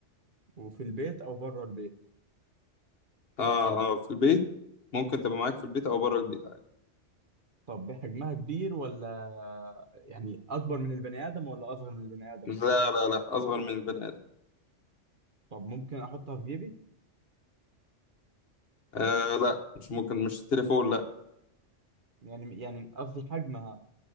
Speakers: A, on the right; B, on the left.
A: وفي البيت أو بره البيت
B: آه آه في البيت ممكن تبقى معاك في البيت أو بره البيت عادي
A: طب حجمها كبير ولا يعني أكبر من البني آدم ولا أصغر من البني آدم؟
B: لا لا لا أصغر من البني آدم
A: طب ممكن أحطها في جيبي؟
B: آه لا مش ممكن مش التليفون لا
A: يعني يعني قصدي حجمها